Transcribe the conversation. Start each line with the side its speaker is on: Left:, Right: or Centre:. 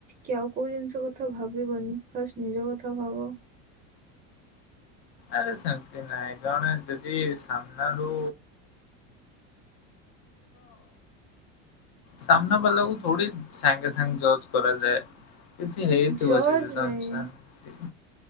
Right: କି ଆଉ କୋଉ ଜିନିଷ କଥା ଭାବିବନି ଫାଷ୍ଟ ନିଜ କଥା ଭାବ।
Left: ଆରେ ସେମିତି ନାଇଁ ଜଣେ ଯଦି ସାମ୍ନ ରୁ। ସାମ୍ନା ବାଲାକୁ ଥୋଡ଼ି ସାଙ୍ଗେ ସାଙ୍ଗ ଜଜ କରାଯଏ। କିଛି ହେଇ
Right: ଜଜ୍
Left: ଶେଜଉ।
Right: ନାହିଁ